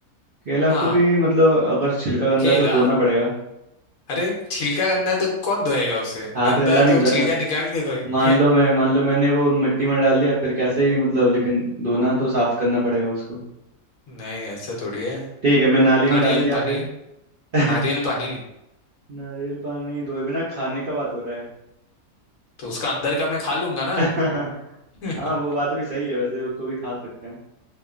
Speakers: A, on the right; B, on the left.
A: केला
B: हाँ
A: को भी मतलब अगर छिलका गंदा
B: केला
A: है तो धोना पड़ेगा
B: अरे छिलका गंदा है तो कौन धोएगा उसे
A: हाथ
B: गंदा
A: गंदा
B: है
A: नहीं
B: तो
A: हो जाएगा
B: छिलका निकाल के धोएंगे
A: मान लो मैं मान लो मैंने वो मिट्टी में डाल दिया फिर कैसे ही मतलब लेकिन धोना तो साफ करना पड़ेगा उसको
B: नहीं ऐसा थोड़ी है
A: ठीक है मैं नाली में
B: नारियल
A: डाल दिया
B: पानी
A: फिर
B: है
A: <laughs>
B: नारियल पानी है,
A: नारियल पानी धोए बिना खाने का बात हो रहा है
B: तो उसका अंदर का मैं खा लूंगा ना
A: <laughs>
B: <laughs>
A: हाँ वो बात भी सही है वैसे उसको भी खा सकते हैं